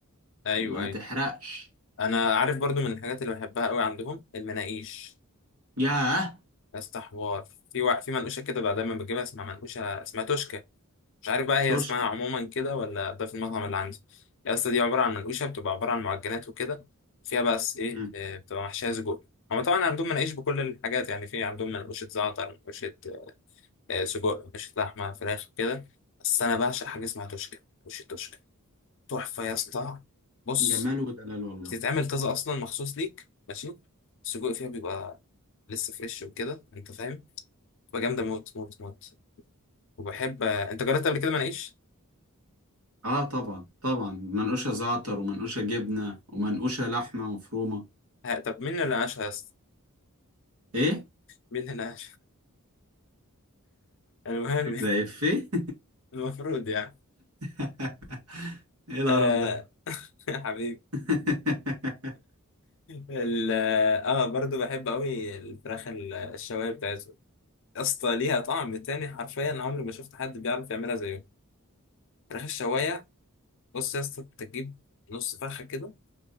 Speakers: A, on the left; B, on the right.
A: ايوه
B: ما
A: ايوه
B: تحرقش
A: انا عارف برضو من الحاجات اللي بحبها قوي عندهم المناقيش
B: ياه
A: يا اسطى حوار في وع... في منقوشه كده بقى دايما بجيبها اسمها منقوشه اسمها توشكا مش عارف بقى هي
B: توشكا
A: اسمها عموما كده ولا ده في المطعم اللي عندي يا اسطى دي عباره عن منقوشه بتبقى عباره عن معجنات وكده فيها بقى س- ايه
B: مم.
A: آه، بتبقى محشيه سجق هما طبعا عندهم مناقيش بكل الحاجات يعني في عندهم منقوشه زعتر منقوشه آه، سجق منقوشه لحمه فراخ كده بس انا بعشق حاجه اسمها توشكا منقوشه توشكا تحفه يا اسطى بص
B: جمال ودلال والله
A: بتتعمل طازه اصلا مخصوص ليك ماشي السجق فيها بيبقى لسه فريش وكده انت فاهم بتبقى جامده موت موت موت وبحب آه، انت جربت قبل كده مناقيش
B: اه طبعا طبعا منقوشه زعتر ومنقوشه جبنه ومنقوشه لحمه مفرومه
A: ها، طب مين اللي ناقشها يا اسطى
B: ايه
A: مين هنا <laughs> المهم
B: ده افيه
A: <laughs> المفروض يعني
B: <laughs> ايه القرف
A: آه
B: ده
A: <laughs> يا حبيبي
B: <laughs>
A: ال- اه برضو بحب قوي الفراخ ال- الشوايه بتاعتهم يا اسطى ليها طعم تاني حرفيا عمري ما شفت حد بيعرف يعملها زيهم فراخ الشوايه بص يا اسطى انت تجيب نص فرخه كده